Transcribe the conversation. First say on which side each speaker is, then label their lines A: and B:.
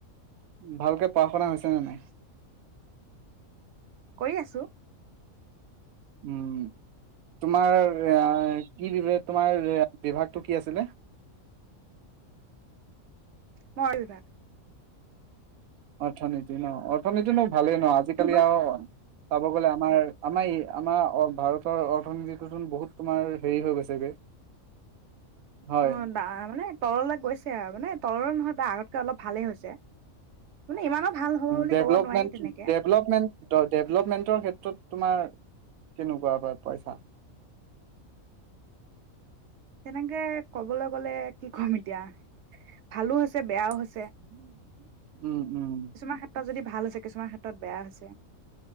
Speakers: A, on the right; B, on the right.
A: ভালকে পঢ়া শুনা হৈছে নে নাই।
B: কৰি আছো।
A: উম, তোমাৰ এ কি বিভাগ তোমাৰ বিভাগটো কি আছিলে।
B: <unintelligible> বিভাগ।
A: অৰ্থনীতি ন অৰ্থনীতি নো - ভালেই নহ আজিকালি
B: তোমাৰ
A: আৰু চাব গ'লে আমাৰ আমাৰ-আমাৰ ভাৰতৰ অৰ্থনীতিটোতোন বহুত তোমাৰ হেৰি হৈ গৈছেগে। হয়
B: অঁ দা মানে তললে গৈছে আৰু মানে তললৈ নহয় তাৰ আগতকে অলপ ভালেই হৈছে। মানে ইমানো ভাল হ'ব বুলি
A: ডেভলপমেন্ট
B: ক'ব নোৱাৰি তেনেকে
A: ডেভলপমেন্ট-ডেভলপমেন্টৰ ক্ষেত্ৰত তোমাৰ কেনেকুৱা <unintelligible> পাইছা।
B: তেনেকে ক'বলৈ গলে কি কম এতিয়া, ভালো হৈছে বেয়াও হৈছে
A: <unintelligible> উম উম।
B: কিছুমান ক্ষেত্ৰত যদি ভাল হৈছে, কিছুমান ক্ষেত্ৰত বেয়া হৈছে।